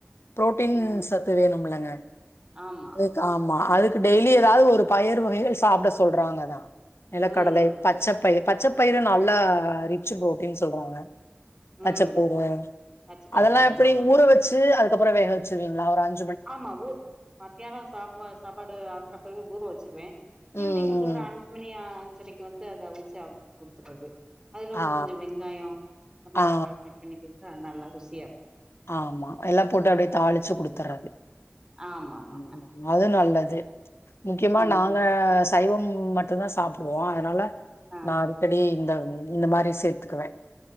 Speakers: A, on the left (about 90°); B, on the right (about 20°).
A: புரோட்டீன்
B: ம்
A: சத்து வேணும்லங்க
B: ஆமா
A: அதுக்கு ஆமா அதுக்கு டெய்லி ஏதாது ஒரு பயிறு வகைகள் சாப்ட சொல்றாங்கதா நிலக்கடலை
B: ம்
A: பச்சப்பயிறு பச்சப்பயிறு நல்லா ரிச்சு புரோட்டீன் சொல்றாங்க
B: ம்
A: பச்ச போவ
B: பச்ச பயிறு
A: அதெல்லா
B: ஆமா
A: எப்டி
B: ஆமா
A: ஊற வச்சு அதுக்கப்பறோ வேக வச்சிருவீங்ளா ஒரு அஞ்
B: ஆமா ஊ மதியானம் சாப்ப சாப்பாடு ஆக்றப்பவே ஊற வச்சிருவே
A: ம்,
B: ஈவ்னிங் வந்து
A: ம்.
B: ஒரு அஞ்சு மணி ஆ அஞ்சரைக்கு வந்து அத அவுச்சி அவருக்கு குடுத்துட்றது அதுல வந்து
A: ஆ,
B: கொஞ்ச வெங்காயோ அ மய்க்கப
A: ஆ,
B: கட் பண்ணி குடுத்தா அது நல்லா ருசியா இருக்கு
A: ஆமா எல்லா போட்டு அப்டே தாளிச்சு குடுத்தட்றது
B: ஆமா ஆமாங்க
A: ம் ம் அது நல்ல து முக்கியமா
B: ம்
A: நாங்க சைவம் மட்டுநதா சாப்புடுவோ அதனால
B: ஆ
A: நா அடிக்கடி இந்த ம் இந்த மாரி சேத்துக்குவே